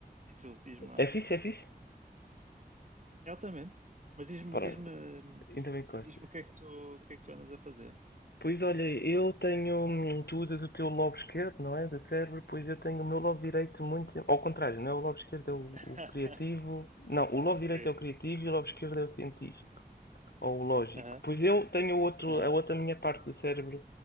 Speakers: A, on the right; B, on the left.
A: E tu, diz-me lá.
B: É fixe, é fixe?
A: É Altamente. Mas diz-me,
B: Pronto,
A: diz-me,
B: então encostas.
A: diz-me o que é que tu, o que é que tu andas a fazer.
B: Pois olha, eu tenho. hum, Tu usas o teu lobo esquerdo, não é? Do cérebro, pois eu tenho o meu lobo direito muito. Ao contrário, não é o lobo esquerdo, é o,
A: <laughs>
B: o criativo. Não, o lobo
A: Ok.
B: direito é o criativo e o lobo esquerdo é o científico. Ou o lógico.
A: Aham,
B: Pois eu tenho o outro,
A: aham.
B: a outra minha parte do cérebro